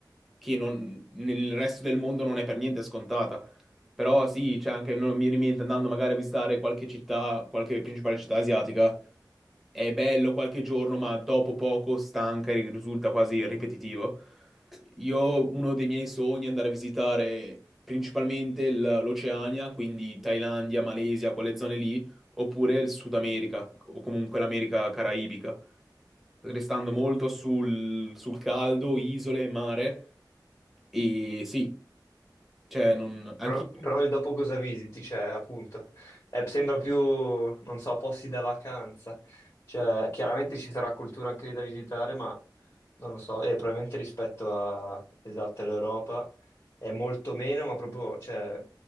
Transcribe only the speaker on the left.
Però, però lì dopo cosa visiti? Cioè, appunto, eh, sembra più, non so, posti da vacanza. Cioè, chiaramente ci sarà cultura anche lì da visitare, ma non lo so, e probabilmente rispetto a, esatto, all'Europa è molto meno, ma proprio, cioè,